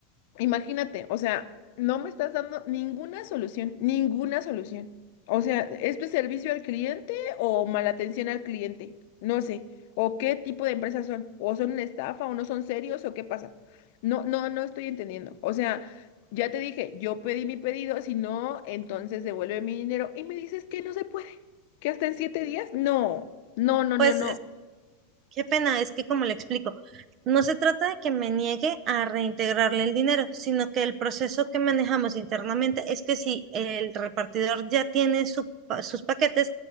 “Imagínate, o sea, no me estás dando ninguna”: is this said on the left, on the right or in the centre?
Left